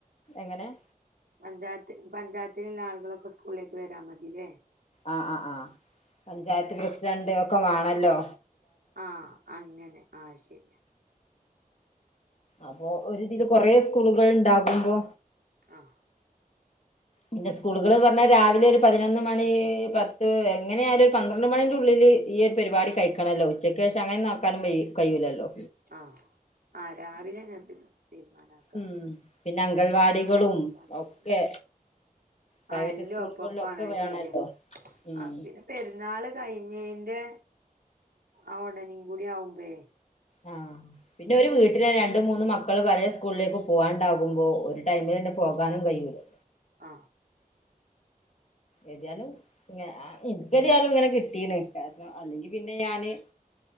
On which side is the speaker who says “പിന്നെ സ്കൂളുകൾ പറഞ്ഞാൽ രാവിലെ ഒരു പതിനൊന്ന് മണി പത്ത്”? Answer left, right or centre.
Left